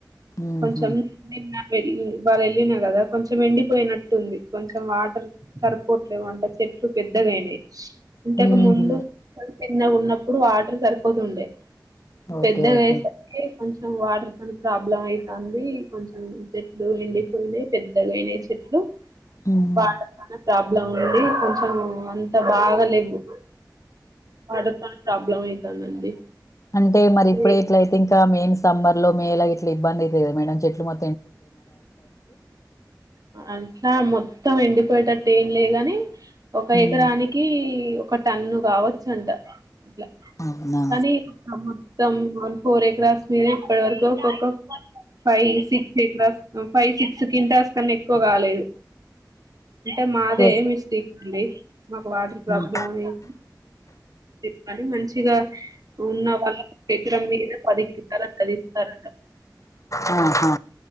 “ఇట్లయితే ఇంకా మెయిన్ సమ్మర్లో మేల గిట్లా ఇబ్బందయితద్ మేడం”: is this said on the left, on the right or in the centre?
Left